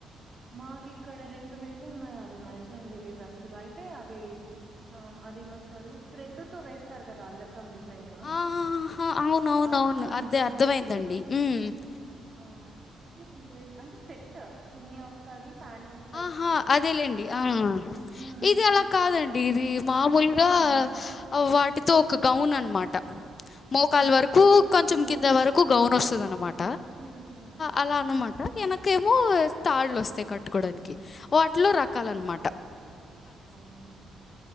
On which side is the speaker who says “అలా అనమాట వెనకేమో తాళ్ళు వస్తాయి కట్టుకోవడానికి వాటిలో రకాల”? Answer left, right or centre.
Left